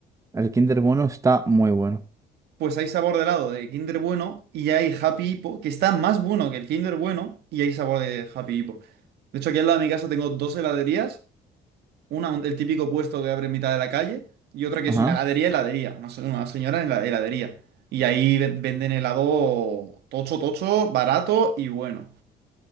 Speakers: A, on the right; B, on the right.
A: El Kinder Bueno está muy bueno.
B: Pues hay sabor de helado de Kinder bueno y hay Happy Hippo, que está más bueno que el Kinder bueno y hay sabor de Happy Hippo. De hecho, aquí al lado de mi casa tengo dos heladerías. Una, un- el típico puesto que abre en mitad de la calle, y otra que
A: Ajá.
B: es una heladería, heladería, una, se- una señora en la heladería. Y ahí ven- venden helado tocho, tocho, barato y bueno.